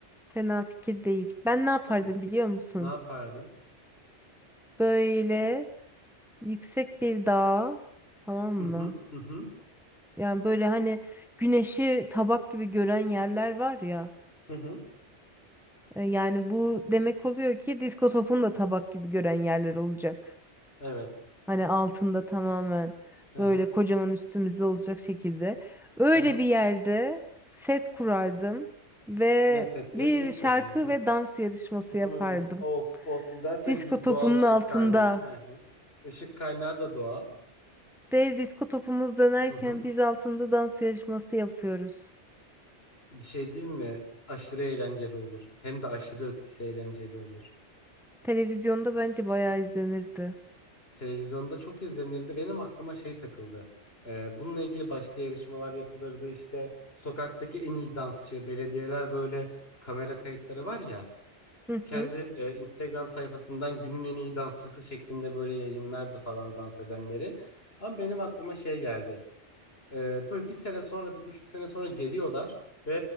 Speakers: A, in the centre; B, on the left (about 55°).
A: Fena fikir değil. Ben ne yapardım
B: Değil mi?
A: biliyor musun?
B: Ne yapardın?
A: Böyle yüksek bir dağa, tamam mı?
B: Hı hı hı hı
A: Yani böyle hani güneşi tabak gibi gören yerler var ya.
B: hı hı.
A: E, Yani bu demek oluyor ki disko topunu da tabak gibi gören yerler olacak.
B: Evet.
A: Hani altında tamamen
B: Hı
A: böyle
B: hı
A: kocaman üstümüzde olacak şekilde. Öyle
B: hı hı.
A: bir yerde set kurardım ve
B: Ne seti?
A: bir
B: Film seti
A: şarkı
B: mi? Hı.
A: ve dans yarışması yapardım.
B: Hı. Of of zaten
A: Disko
B: gü-
A: topunun
B: doğal ışık
A: altında.
B: kaynağı. Hı hı. Işık kaynağı da doğal.
A: Dev disko topumuz dönerken
B: Hı hı.
A: biz altında dans yarışması yapıyoruz.
B: Bir şey diyeyim mi? Aşırı eğlenceli olur. Hem de aşırı ötesi eğlenceli olur.
A: Televizyonda bence bayağı izlenirdi.
B: Televizyonda çok izlenirdi. Benim aklıma şey takıldı. Ee, bununla ilgili başka yarışmalar yapılırdı. İşte sokaktaki en iyi dansçı, belediyeler böyle kamera kayıtları var ya.
A: Hı
B: Kendi
A: hı.
B: e, Instagram sayfasından günün en iyi dansçısı şeklinde böyle yayınlardı falan dans edenleri. Ama benim aklıma şey geldi. Ee, böyle bir sene sonra, bir buçuk sene sonra geliyorlar ve